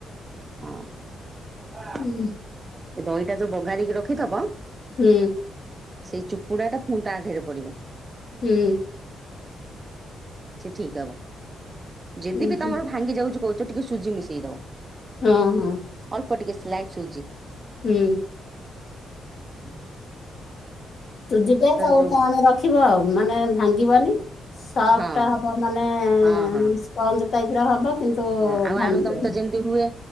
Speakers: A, on the right; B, on the left.
A: ହଁ।
B: ହୁଁ।
A: ଏ ଦହିଟା ଯୋଉ ବଘାରିକି ରଖିଥିବ
B: ହୁଁ।
A: ସେଇ ଚୁପୁଡା ଟା ପୁଣି ତା ଦେହରେ ପଡିବ।
B: ହୁଁ।
A: ସେ ଠିକ ହବ। ଯଦି
B: ହୁଁ
A: ବିି ତମର ଭାଙ୍ଗି ଯାଉଛି କହୁଛ ଟିକେ ସୁଜି ମିଶେଇ ଦଵ।
B: ହଁ ହଁ।
A: ଅଳ୍ପ ଟିକେ ସ୍ଲାଇଟ ସୁଜି।
B: ହୁଁ।
A: ହୁଁ।
B: ସୁଜି ଟା ତାକୁ
A: ଯୋଉ
B: ତା ଆଣେ ରଖିବ ଆଉ ମାନେ ଭାଙ୍ଗିବନି। ସଫ
A: ହଁ
B: ଟା ହବ ମାନେ
A: ହଁ ହଁ
B: ସ୍ପଞ୍ଜ ଟାଇପର ହବ। କିନ୍ତୁ
A: ହଁ ଆଉ
B: ଭାଙ୍ଗିବନି।
A: ଆଳୁ ଦମ ତ ଯେମିତି ହୁଏ